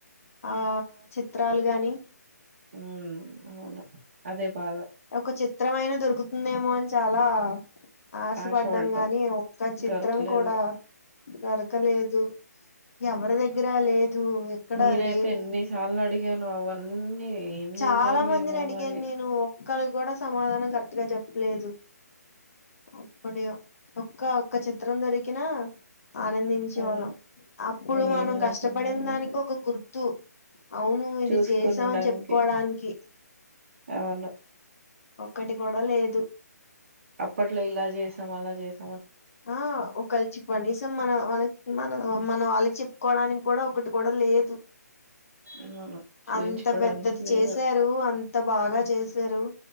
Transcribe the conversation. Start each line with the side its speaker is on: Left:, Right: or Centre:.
Left: ఆ చిత్రాలు గాని
Right: ఊమ్ అవును అదే బాధ
Left: ఒక చిత్రం అయినా దొరుకుతుందేమో అని చాలా ఆశపడ్డం
Right: ఆశపడ్డాం
Left: గాని ఒక్క చిత్రం
Right: దొరకలేదు
Left: కూడా దొరకలేదు ఎవరి దగ్గర లేదు ఎక్కడా
Right: నేనైతే
Left: లేవు
Right: ఎన్ని సార్లు అడిగానో అవన్నీ ఏం
Left: చాలా
Right: చేశారో
Left: మందిని
Right: ఏమో
Left: అడిగాన్
Right: మరి.
Left: నేను ఒక్కరు గుడా సమాధానం కరెక్ట్ గా జెప్లేదు అప్పుడే ఒక్క ఒక్క చిత్రం దొరికిన ఆనందించే
Right: అవును
Left: వాళ్ళం అప్పుడు
Right: ఏం
Left: మనం
Right: లేకుండా
Left: కష్టపడిన
Right: కాదు
Left: దానికి ఒక గుర్తు అవును ఇది
Right: చూసుకుండానికి
Left: చేసామని చెప్పుకోవడానికి
Right: అవును.
Left: ఒక్కటి కూడ లేదు
Right: అప్పట్లో ఇల చేసాం అలా చేస్
Left: ఆ ఒక కలిచి కనీసం మన మన మన మన వాళ్ళకి చెప్పుకోవడానికి కూడ ఒకటి కూడ లేదు
Right: <unintelligible> చూయించుకోవడానికి
Left: అంత పెద్దది
Right: లేదు.
Left: చేసారు అంత బాగ చేసారు